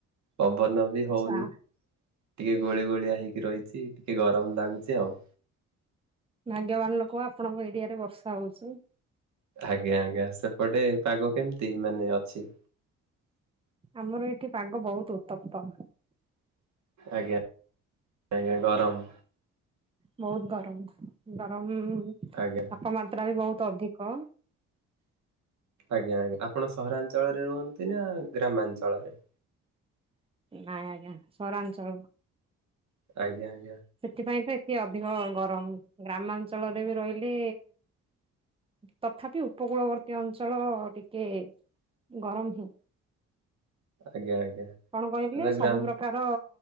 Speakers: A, on the right; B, on the right.
A: ପବନ ବି
B: ଆଚ୍ଛା
A: ହଉନି। ଟିକେ ଗୋଳି ଗୋଳିଆ ହେଇକି ରହିଛି। ଟିକେ ଗରମ ଲାଗୁଛି ଆଉ।
B: ଭାଗ୍ୟବାନ ଲୋକ ଆପଣଙ୍କ ଏରିଆରେ ବର୍ଷା ହଉଚୁ।
A: ଆଜ୍ଞା ଆଜ୍ଞା ସେପଟେ ପାଗ କେମିତି ମାନେ ଅଛି?
B: ଆମର ଏଠି ପାଗ ବହୁତ ଉତ୍ତପ୍ତ।
A: ଆଜ୍ଞା ଆଜ୍ଞା ଗରମ।
B: ବହୁତ ଗରମ। ଗରମ ତାପମାତ୍ରା
A: ଆଜ୍ଞା
B: ବି ବହୁତ ଅଧିକ।
A: ଆଜ୍ଞା ଆଜ୍ଞା ଆପଣ ସହରାଞ୍ଚଳରେ ରୁହନ୍ତି ନା ଗ୍ରାମାଞ୍ଚଳରେ?
B: ନାଇଁ ଆଜ୍ଞା ସହରାଞ୍ଚଳ।
A: ଆଜ୍ଞା ଆ
B: ସେଥିପାଇଁ ତ ଏତେ ଅଧିକ ଗରମ ଗ୍ରାମାଞ୍ଚଳରେ ବି ରହିଲି ତଥାପି ଉପକୂଳବର୍ତ୍ତୀ ଅଞ୍ଚଳ ଟିକେ ଗରମ ହିଁ।
A: ଆଜ୍ଞା ଆଜ୍ଞା
B: କଣ କହିଲେ
A: ହେଲା ଗ୍ରାମ
B: ସବୁ ପ୍ରକାର